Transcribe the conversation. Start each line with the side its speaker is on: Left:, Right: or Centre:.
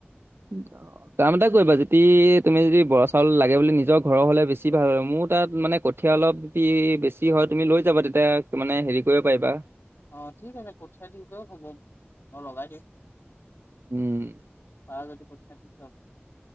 Right: উম অ কাম এটা কৰিবা যদি তুমি যদি বৰা চাউল লাগে বুলি নিজৰ ঘৰৰ হলে বেছি ভাল হয় মোৰ তাত মানে কঠ কঠীয়া অলপ যদি বেছি হয় তুমি লৈ যাবা তেতিয়া মানে হেৰি কৰিব পাৰিবা।
Left: অ', ঠিক আছে কঠিয়া দিলেও হ'ব মই লগাই দিম।
Right: উম,।
Left: ভাল যদি কঠিয়া দিলেও হব।